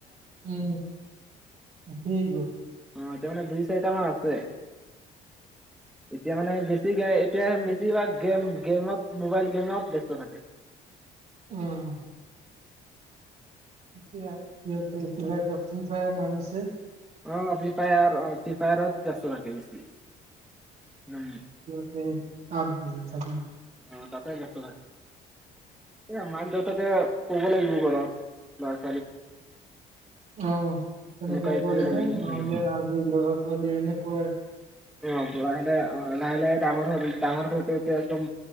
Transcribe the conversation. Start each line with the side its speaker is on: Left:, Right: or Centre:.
Right: উম, <unintelligible>
Centre: অ', এতিয়ামানে দুই চাৰিটা মান আছে। এতিয়া মানে বেছ <unintelligible> এতিয়া বেছিভাগ গেম গেমত মোবাইল গেমত ব্যস্ত থাকে।
Right: উম। কিবা সিঁহতে কিবা এটা ফ্ৰী ফায়াৰ নাম আছে।
Centre: অ', ফ্ৰী ফায়াৰ অ', ফি পেৰত দচনাকে বেছি উম,
Right: সিহঁতে <unintelligible> থাকে।
Centre: অ', তাতে ব্যস্ত <unintelligible> <unintelligible> তাকে ক'ব লাগিব ঘৰত লাষ্ট
Right: অ', তেনেকুৱা
Centre: লুকাই
Right: ক'লেহ
Centre: থব লাগিব
Right: ন'হলে আজি ল'ৰা ছোৱালী এনে কয়
Centre: অ', লাহে লাহে অ', লাহে লাহে ডাঙৰ হ ডাঙৰ <unintelligible> একদম